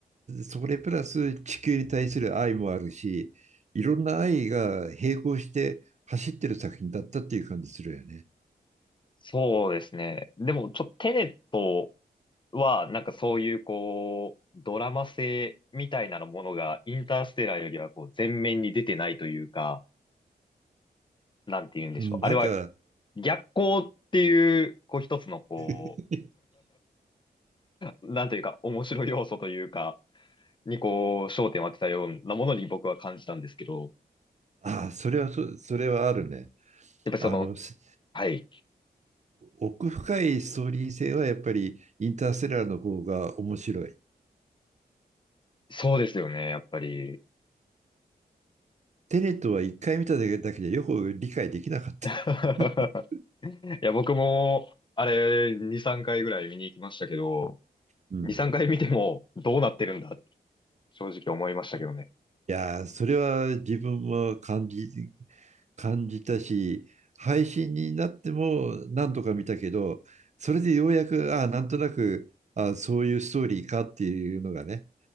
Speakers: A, on the right; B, on the left.
A: それプラス地球に対する愛もあるし、いろんな愛が並行して走ってる作品だったっていう感じするよね。
B: そうですね。でも、ちょっとテネットは、なんかそういうこう、ドラマ性みたいなものがインターステラーよりはこう、前面に出てないというか、なんて言うんでしょう。
A: うん、なんか、
B: あれは逆光っていう、こう一つのこ
A: <laughs>
B: う、なんというか面白い要素というか、にこう、焦点を当てたようなものに僕は感じたんですけど、
A: ああ、それはそ、それはあるね。
B: やっぱりその、
A: あの、す
B: はい、
A: 奥深いストーリー性はやっぱりインターステラーの方が面白い。
B: そうですよね、やっぱり。
A: テネットは一回見ただけだけでよく理解できなかった。
B: <laughs>
A: <laughs>
B: いや、僕も、あれ、2、3回ぐらい見に行きましたけど、
A: うん。
B: 2、3回見てもどうなってるんだっ正直思いましたけどね。
A: いやー、それは自分も感じ、感じたし、配信になっても何とか見たけど、それでようやく、ああ、なんとなく、ああ、そういうストーリーかっていうのがね、